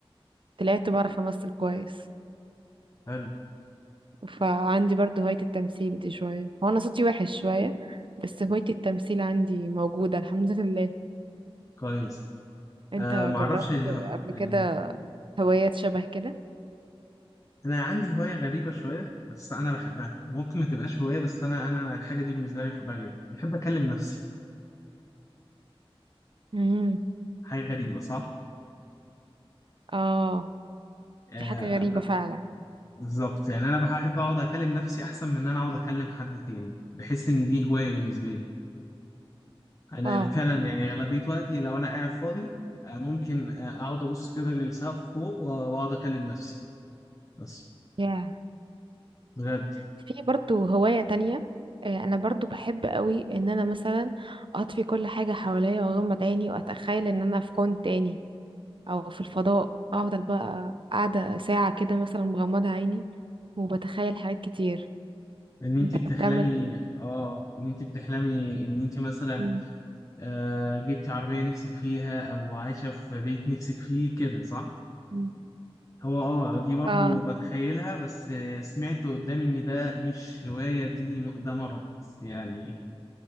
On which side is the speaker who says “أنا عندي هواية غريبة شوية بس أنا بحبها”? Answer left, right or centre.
Left